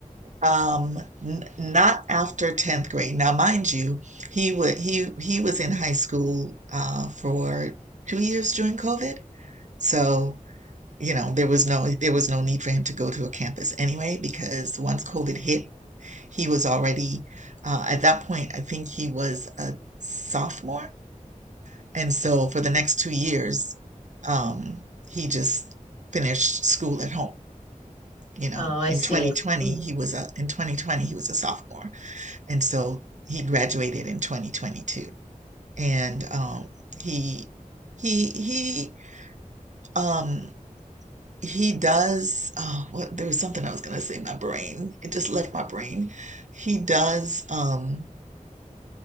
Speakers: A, on the right (about 60°); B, on the left (about 55°).
A: Um, n not after 10th grade. Now, mind you, he would he he was in high school uh for two years during COVID. So you know, there was no there was no need for him to go to a campus anyway because once COVID hit, he was already uh, at that point, I think he was a sophomore. And so for the
B: Mhm.
A: next two years, um, he just finished school at home. You know,
B: Oh, I
A: in
B: see.
A: 2020,
B: Mhm.
A: he was a in 2020 he was a sophomore, and so he graduated in 2022. And um, he he he um he does oh what there was something I was gonna say my brain. It just left my brain. He does um